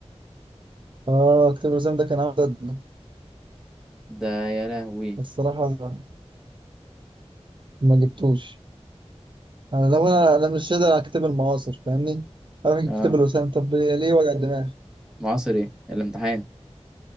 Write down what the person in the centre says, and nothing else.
ده يا لهوي
اه
معاصر ايه الامتحان